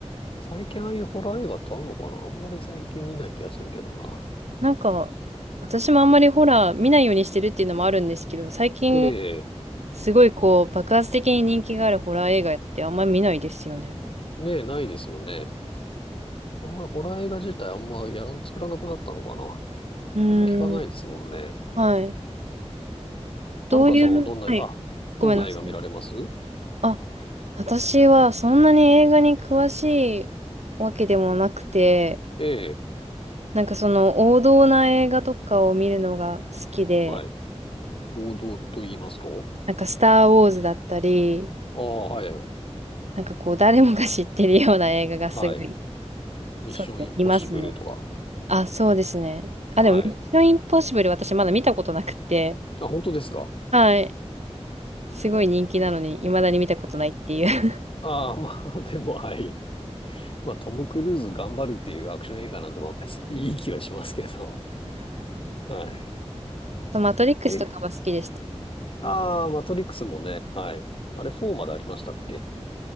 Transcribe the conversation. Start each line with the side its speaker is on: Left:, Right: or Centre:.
Left: 最近ああいうホラー映画ってあんのかなあんまり最近見ない気がするけどな。
Right: なんか、私もあんまりホラー見ないようにしてるっていうのもあるんですけど、最近
Left: ええ、
Right: すごいこう、爆発的に人気があるホラー映画ってあんまり見ないですよね。
Left: ねえ、ないですよね。あんまりホラー映画自体あんまやらん、作らなくなったのかな
Right: うーん、
Left: あんま聞かないですもんね。
Right: はい。どういう、
Left: はるかさんはどんな、
Right: はい、
Left: あ、
Right: ごめんなさい。
Left: どんな映画見られます
Right: あ、私はそんなに映画に詳しいわけでもなくて、
Left: ええ、
Right: なんかその王道な映画とかを見るのが好きで、
Left: はい。王道と言いますと
Right: なんかスター・ウォーズだったり、
Left: ああ、はい、はい。
Right: なんかこう誰もが知ってるような映画がすごい、
Left: はい。ミッションインポッシブルとか。
Right: そうですね、いますね。あ、そうですね。あ、
Left: はい。
Right: でも、ミッション・インポッシブル私まだ見たことなくて、
Left: あ、本当ですか
Right: はい。すごい人気なのに、未だに見たことないっていう。
Left: ああ、まあ、<laughs> でも、はい。まあ、トム・クルーズ頑張るっていうアクション映画なんで、まあ別にいい気はしますけど。はい。
Right: <laughs> そうマトリックスとかも好きでした。
Left: え、ああ、マトリックスもね、はい。あれ4までありましたっけ